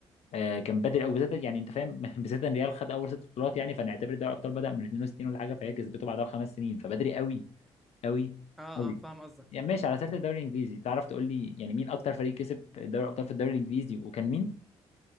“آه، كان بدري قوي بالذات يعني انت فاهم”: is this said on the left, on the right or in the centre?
Left